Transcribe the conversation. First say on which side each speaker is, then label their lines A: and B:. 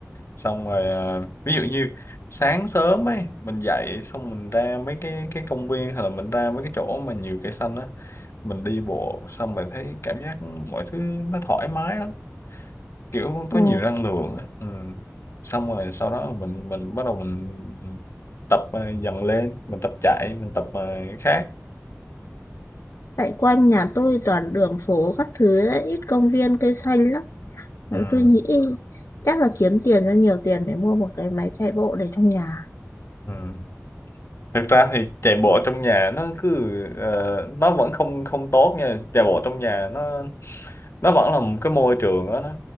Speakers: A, on the left; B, on the left.
A: xong rồi ờ, ví dụ như sáng sớm ấy mình dậy xong mình ra mấy cái cái công viên hay là mình ra mấy cái chỗ mà nhiều cây xanh á mình đi bộ xong mình thấy cảm giác mọi thứ nó thoải mái lắm kiểu
B: ừ.
A: có nhiều năng lượng á. ừ. xong rồi sau đó mình mình bắt đầu mình tập ờ, dần lên mình tập chạy mình tập ờ, khác
B: tại quanh nhà tôi toàn đường phố các thứ ấy, ít công viên cây xanh lắm
A: ừ.
B: Nên tôi nghĩ chắc là kiếm tiền ra nhiều tiền để mua một cái máy chạy bộ để trong nhà
A: Ừ. thực ra thì chạy bộ trong nhà nó cứ ờ, nó vẫn không không tốt nha chạy bộ trong nhà nó nó vẫn là một cái môi trường đó nó